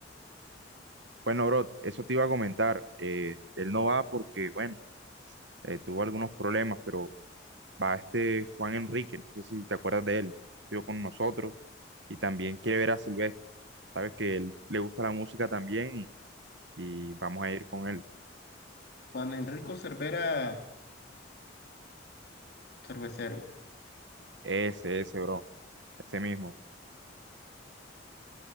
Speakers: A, on the right (about 75°); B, on the left (about 60°).
A: Bueno, bro, eso te iba a comentar. Eh, él no va porque, bueno, eh, tuvo algunos problemas, pero va este Juan Enrique, no sé si te acuerdas de él, estuvo con nosotros y también quiere ver a Silvestre. Sabes que él le gusta la música también y, y vamos a ir con él.
B: Juan Enrico Cervera Cervecero.
A: Ese, ese, bro, ese mismo.